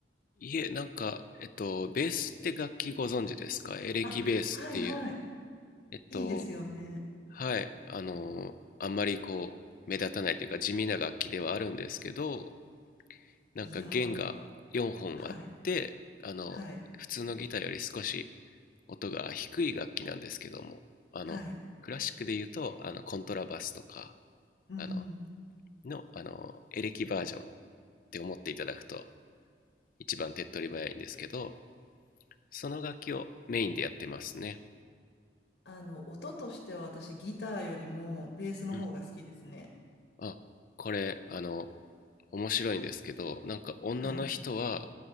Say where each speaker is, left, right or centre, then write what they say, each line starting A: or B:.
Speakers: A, on the left; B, on the left.
A: いえ、なんか、えっと、ベースって楽器ご存知ですかエレキベースっていう。
B: あ、はいはい。
A: えっと、
B: いいですよね。
A: はい、あの、あんまりこう、目立たないというか地味な楽器ではあるんですけど、なんか弦が4本あって、
B: いやー、はい、
A: あの、
B: はい、
A: 普通のギターより少し音が低い楽器なんですけども、あの、
B: はい。
A: クラシックで言うと、あの、コントラバスとか、
B: うん。
A: あの、の、あの、エレキバージョンって思っていただくと一番手っ取り早いんですけど、その楽器をメインでやってますね。
B: あの、音としては私ギターよりもベースの方が好きですね。
A: うん。あ、これ、あの、面白いんですけど、なんか女の人は
B: はい、